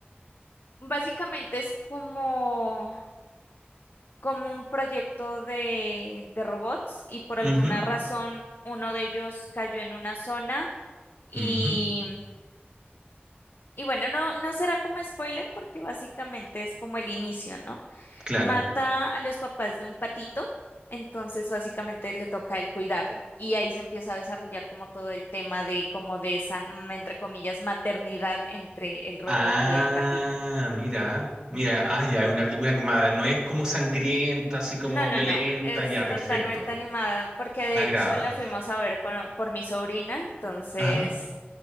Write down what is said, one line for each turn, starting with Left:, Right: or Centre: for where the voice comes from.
Left: básicamente es como, como un proyecto de, de robots y por alguna
Right: Ujú,
Left: razón uno de ellos cayó en una zona Y,
Right: ujú,
Left: y bueno, no, no será como spoiler porque básicamente es como el inicio, ¿no?
Right: claro.
Left: Mata a los papás de un patito, entonces básicamente le toca a él cuidarlo. Y ahí se empieza a desarrollar como todo el tema de como de esa, mm, entre comillas, maternidad entre el robot
Right: Ah,
Left: y el patito.
Right: mira, mira, ah, ya, es una película animada. No es como sangrienta, así como
Left: No, no,
Right: violenta,
Left: no, es
Right: ya, perfecto.
Left: totalmente animada porque de
Right: Me agrada.
Left: hecho la fuimos a ver con- por mi sobrina, entonces
Right: Ajá.